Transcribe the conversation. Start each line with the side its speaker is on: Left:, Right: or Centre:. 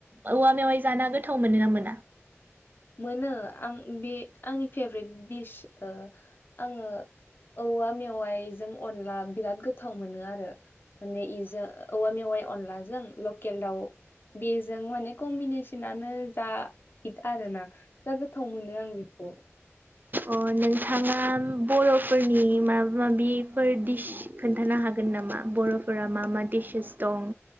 Right: औवा मेवाइ जाना गोथाव मोनोना मोना?
Left: मोनो आं बे आंनि फेभरेट दिस ओ आङो औवा मेवाइजों अनला बिराद गोथाव मोनो आरो माने इजा औवा मेवाइ अनलाजों लकेल दाउ बेजों माने कम्बिनेसनानो जा हिट आरो ना जा गोथाव मोनो आं बेखौ।
Right: अ नोंथाङा बर'फोरनि माबा माबिफोर दिस खोन्थानो हाग गोन नामा बर'फोरा मा मा डिसेस दं